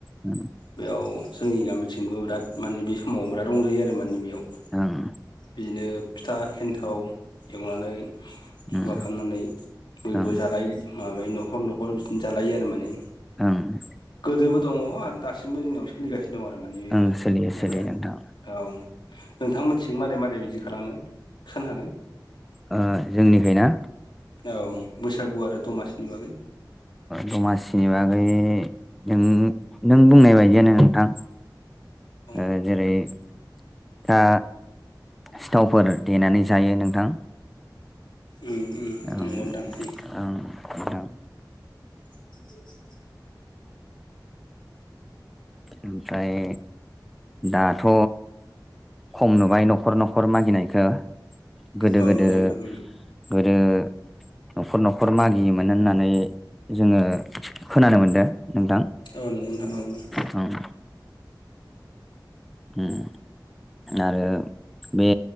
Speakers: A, in the centre; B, on the left (about 80°).
A: उम
B: बेयाव जोंनि गामिथिंबो बिराद मानि बे समाव बिराद रंजायो आरो माने बेयाव।
A: ओं
B: बिदिनो फिथा एन्थाव एवनानै माबा
A: ओं
B: खालामनानै बयबो
A: ओं
B: जालायो माबायो न'खर न'खर बिदिनो जालायो आरो माने।
A: ओंं
B: गोदोबो दङ आरो दासिमबो जोंनियाव सोलिगासिनो दं आरो माने बेबो
A: ओं सोलियो सोलियो
B: माबाया
A: नोंथां
B: औ नोंथां मोनथिं मारै मारै बिदि खालामो खिथानो हागोन?
A: ओ जोंनिखाय ना?
B: औ बैसागु आरो दमासिनि बागै।
A: दमासिनि बागै नों नों बुंनाय बायदियानो नोंथां।
B: औ
A: ओ जेरै फिथा सिथावफोर देनानै जायो नोंथां।
B: उम उम
A: ओं
B: नोंगौ नोंथां उम।
A: ओं नोंथां
B: <unintelligible>
A: ओमफ्राय दाथ' खम नुबाय न'खर न'खर मागिनायखौ गोदो
B: औ
A: गोदो
B: नंगौ नोंथां उम
A: गोदो न'खर न'खर मागियोमोन होननानै जोङो खोनानो मोनदों नोंथां।
B: औ नोंगौ नोंथां औ औ
A: ओं उम आरो बे